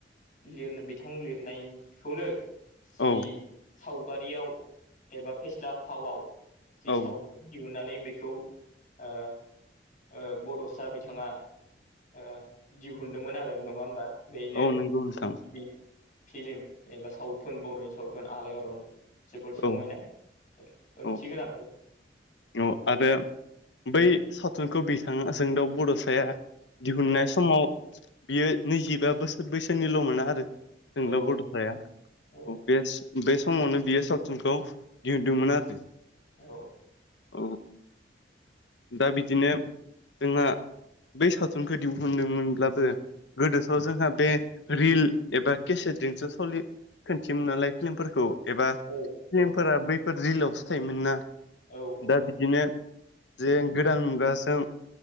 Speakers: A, on the left; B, on the left.
A: लिरनो बिथां लिरनायखौनो जि
B: औ
A: सावगारियाव एबा फेस्ला फावाव जि
B: औ
A: सावथुन दिहुन्नानै बेखौ ओ ओ बड'सा बिथाङा ओ दिहुनदोंमोन आरो नङा होमबा? बेनो
B: औ नंगौ नोंथां
A: गिबि फिल्म एबा सावथुन बर'नि सावथुन आलायारनमोन। जोबोद समायना
B: औ
A: ओंथि
B: औ
A: गोनां।
B: औ आरो बै सावथुनखौ बिथां जोंदाउ बड'साया दिहुननाय
A: औ
B: समाव बियो नैजिबा बोसोर बैसोनिल'मोन आरो। जोंदाव
A: औ
B: बड'साया
A: औ
B: बेस्ट बे समावनो बियो सावथसिुनखौ दिहुनदोंमोन आरो
A: औ।
B: औ। दा बिदिनो जोंहा बै सावथुनखौ दिहहुनदोंमोनब्लाबो गोदोथ जोंहा बे रिल एबा केसेटजोंसो सलि खोनन्थियोमोन नालाय फिल्मफोरखौ एबा फनेमफोरा
A: औ औ
B: बैफोर रिलावसो थायोमोन ना
A: औ औ
B: दा बिदिनो जे गोदान मुगाजों